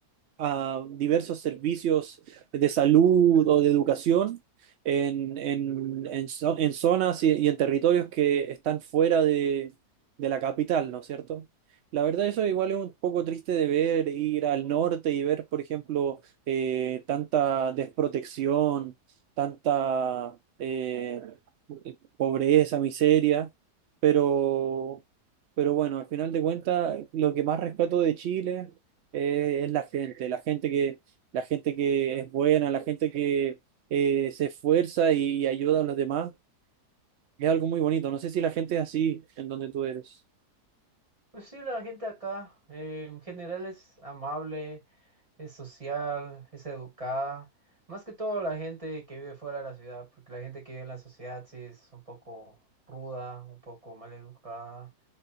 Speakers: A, on the right; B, on the right.
A: a diversos servicios de salud o de educación en, en, en zo- en zonas y, y en territorios que están fuera de, de la capital, ¿no es cierto? La verdad, eso igual es un poco triste de ver, ir al norte y ver, por ejemplo, eh, tanta desprotección, tanta eh, pobreza, miseria, pero, pero bueno, al final de cuentas, lo que más rescato de Chile eh, es la gente, la gente que, la gente que es buena, la gente que eh, se esfuerza y, ayuda a los demás. Es algo muy bonito. No sé si la gente es así en donde tú eres.
B: Pues sí, la gente acá eh, en general es amable, es social, es educada. Más que todo la gente que vive fuera de la ciudad, porque la gente que vive en la sociedad sí es un poco ruda, un poco mal educada.